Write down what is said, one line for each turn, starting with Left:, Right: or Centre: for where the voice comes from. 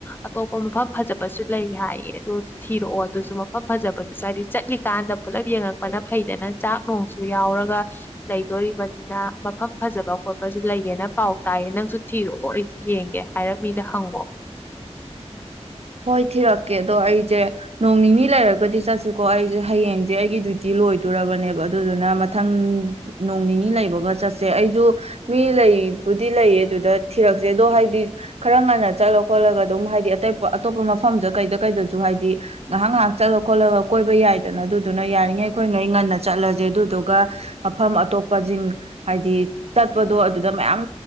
Left: ꯑꯇꯣꯞꯄ ꯃꯐꯝ ꯐꯖꯕꯁꯨ ꯂꯩ ꯍꯥꯏꯌꯦ ꯑꯗꯨ ꯊꯤꯔꯛꯑꯣ ꯑꯗꯨꯁꯨ ꯃꯐꯝ ꯐꯖꯕꯗꯨ ꯆꯥꯔꯤ ꯆꯠꯂꯤꯀꯥꯟꯗ ꯄꯨꯜꯂꯞ ꯌꯦꯡꯉꯛꯄꯅ ꯐꯩꯗꯅ ꯆꯥꯛ ꯣꯡꯁꯨ ꯌꯥꯎꯔꯒ ꯂꯩꯗꯣꯔꯤꯕꯅꯤꯅ ꯃꯐꯝ ꯐꯖꯕ ꯈꯣꯠꯄꯁꯨ ꯂꯩꯔꯦꯅ ꯄꯥꯎ ꯇꯥꯏꯌꯦ ꯅꯪꯁꯨ ꯊꯤꯔꯣꯏꯁꯨ ꯌꯦꯡꯒꯦ ꯍꯥꯏꯔꯞ ꯃꯤꯗ ꯍꯪꯉꯣ
Right: ꯍꯣꯏ ꯊꯤꯔꯛꯀꯦ ꯑꯗꯣ ꯑꯩꯖꯦ ꯅꯣꯡ ꯅꯤꯅꯤ ꯂꯩꯔꯒꯗꯤ ꯆꯠꯁꯦꯀꯣ ꯑꯩꯖꯦ ꯍꯌꯦꯡꯁꯦ ꯑꯩꯒꯤ ꯗ꯭ꯌꯨꯇꯤ ꯂꯣꯏꯗꯣꯔꯕꯅꯦꯕ ꯑꯗꯨꯗꯨꯅ ꯃꯊꯪ ꯅꯣꯡ ꯅꯤꯅꯤ ꯂꯩꯕꯒ ꯆꯠꯁꯦ ꯑꯩꯖꯨ ꯃꯤ ꯂꯩꯕꯨꯗꯤ ꯂꯩꯌꯦ ꯑꯗꯨꯗ ꯊꯤꯔꯛꯁꯦ ꯑꯗꯣ ꯍꯥꯏꯗꯤ ꯈꯔ ꯉꯟꯅ ꯆꯠꯂ ꯈꯣꯠꯂꯒ ꯑꯗꯨꯝ ꯍꯥꯏꯗꯤ ꯑꯇꯩ ꯑꯇꯣꯞꯄ ꯃꯐꯝꯗ ꯀꯩꯗ ꯀꯩꯗꯁꯨ ꯍꯥꯏꯗꯤ ꯉꯥꯏꯍꯥꯛ ꯉꯥꯏꯍꯥꯛ ꯆꯠꯂ ꯈꯣꯠꯂꯒ ꯀꯣꯏꯕ ꯌꯥꯏꯗꯅ ꯑꯗꯨꯗꯨꯅ ꯌꯥꯔꯤꯉꯩ ꯑꯩꯈꯣꯏꯉꯩ ꯉꯟꯅ ꯆꯠꯂꯖꯦ ꯑꯗꯨꯗꯨꯒ ꯃꯐꯝ ꯑꯇꯣꯞꯄꯖꯤꯡ ꯍꯥꯏꯗꯤ ꯆꯠꯄꯗꯣ ꯑꯗꯨꯗ ꯃꯌꯥꯝ